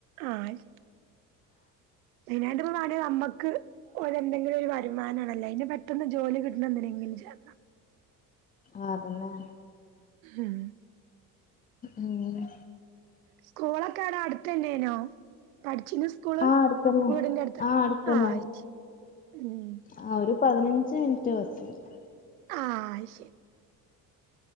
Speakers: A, on the right (about 60°); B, on the left (about 20°).
A: ആഹ് അത് ശെ മെയിൻ ആയിട്ട് വേണേ നമ്മക്ക് ഓരെ എന്തെങ്കിലും ഒരു വരുമാനാണല്ലോ അയിനെ പ പെട്ടന്ന് ജോലി കിട്ടണ എന്തിനെങ്കിലും ചേരണം
B: ആഹ് തന്നെ
A: ഉം
B: അങ്ങനെ
A: സ്കൂളൊക്കെ ആട അടുത്തന്നെനോ പഠിച്ചിന്ന സ്കൂള്
B: ആഹ് അടുത്തന്നെ
A: വീട്ന്റെ അടുത്താണ്
B: ആഹ് അടുത്തന്നെ
A: ആഹ് അത് ശെരി ഉം
B: ആഹ് ഒരു പതിനഞ്ച് മിനിറ്റ് ബസിന്
A: ആഹ് അയ്ശരി